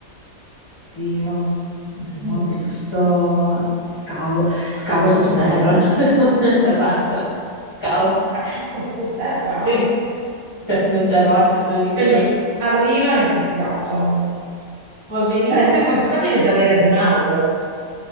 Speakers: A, on the left; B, on the right.
A: Dio, no,
B: Mm.
A: piuttosto scavo, scavo sottoterra, <laughs> no, non ce la faccio.
B: <laughs>
A: Scavo,
B: Scavi sottoterra.
A: Sì. Cioè, non ce la faccio, te lo dico
B: Quelli
A: già.
B: arrivano e ti schiacciano.
A: Va benissimo.
B: Sarebbe più facile salire su un albero.